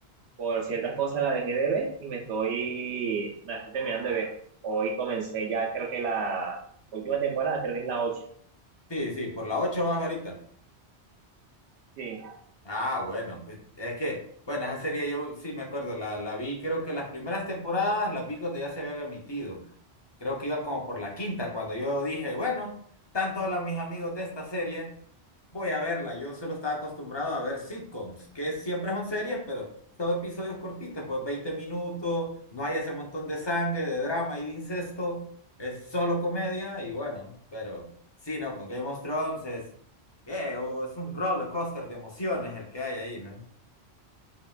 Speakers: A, on the right (about 75°); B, on the left (about 25°).
A: por ciertas cosas la dejé de ver y me estoy, me la estoy terminando de ver. Hoy comencé ya, creo que la última temporada, creo que es la ocho
B: Sí, sí, por la 8 vas ahorita.
A: Sí,
B: Ah, bueno, pues es que, bueno, esa serie yo sí me acuerdo, la, la vi, creo que las primeras temporadas las vi cuando ya se habían emitido. Creo que iban como por la quinta, cuando yo dije, bueno, tanto hablan mis amigos de esta serie Voy a verla. Yo solo estaba acostumbrado a ver sitcoms, que siempre son series, pero son episodios cortitos, pues 20 minutos, no hay ese montón de sangre, de drama y de incesto, es solo comedia y bueno, pero sí, no, con Game of Thrones es, eh, o- es un roller coaster de emociones el que hay ahí, ¿no?